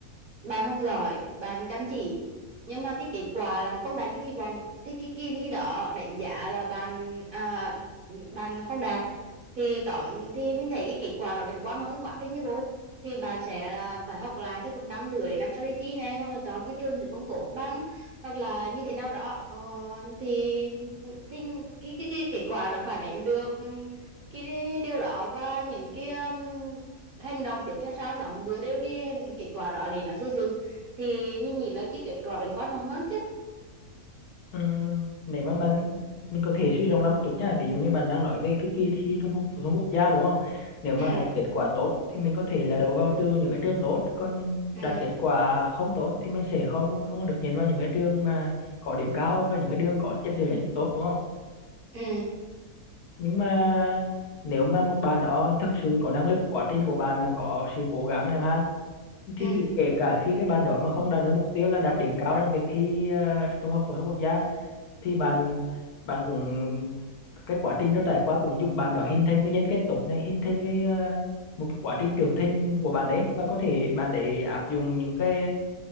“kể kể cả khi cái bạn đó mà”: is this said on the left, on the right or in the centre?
Left